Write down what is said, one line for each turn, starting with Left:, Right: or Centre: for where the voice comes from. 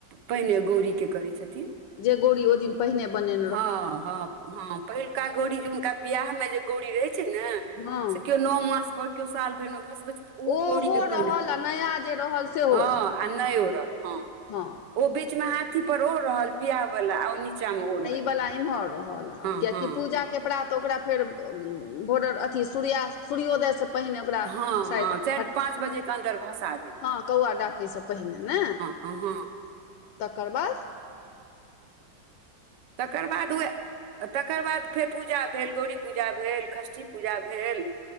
Right: पहिने गौरी के करै छथिन।
Left: जे गोड़ी ओ दिन पहिने बने
Right: हँ हँ हँ पहिलुका गौड़ी जे हुनका बियाह मे जे गौरी रहे छै नऽ
Left: हँ
Right: से केओ नो मास पर केओ साल भरि मे भसबैत तऽ ओ
Left: ओहो
Right: गौरी पहिने
Left: रहल आ नया जे रहल सेहो
Right: हँ
Left: रहल
Right: आ नहि ओड़ल हँ
Left: हँ
Right: ओ बीच मे हाथी पर ओड़ रहल बिआह वाला आ नीचा मे ओ रहल
Left: बला इमर रहल
Right: हँ
Left: कियाकि
Right: हँ
Left: पूजा पूजाके प्रात ओकरा फेर भोर्डर अथी सुर्यआस्त सूर्योदय सँ पहिने ओकरा
Right: हँ
Left: शायद
Right: हँ चारि
Left: हट
Right: पाँच बजे के अन्दर भसा देल
Left: हँ कौआ डाकै सऽ पहिने नै
Right: अ हँ
Left: तकर बाद
Right: तकर बाद वैह आ तकर बाद फेर पूजा भेल गौरी पूजा भेल षष्ठी पूजा भेल